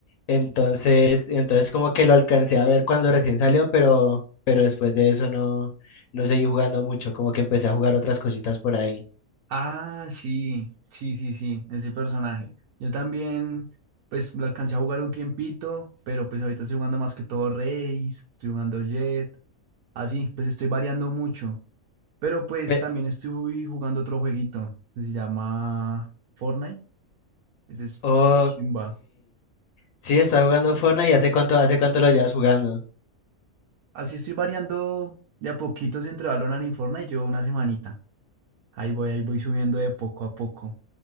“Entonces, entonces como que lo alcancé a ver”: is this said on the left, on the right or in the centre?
Left